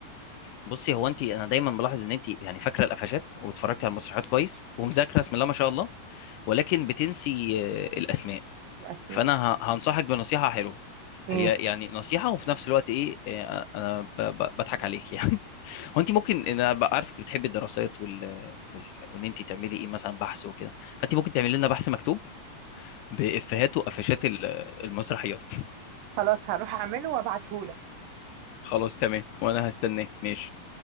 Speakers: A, on the left; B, on the right.
A: بصي هو انت انا دايما بلاحظ ان انت يعني فاكره القفشات واتفرجتي على المسرحيات كويس ومذاكره بسم الله ما شاء الله ولكن بتنسي آه، الاسماء
B: الاسماء
A: فانا ه- هنصحك بنصيحه حلوه
B: إيه؟
A: هي يعني نصيحه وفي نفس الوقت ايه إيه، انا ب- ب- بضحك عليك <laughs> يعني هو انت ممكن انا ب- عارفك بتحبي الدراسات وال... وال... وان انت تعملي ايه مثلا بحث وكده فانت ممكن تعملي لنا بحث مكتوب بافيهات وقفشات ال- المسرحيات <laughs>
B: خلاص هروح اعمله وابعتهولك
A: خلاص تمام وانا هستناه ماشي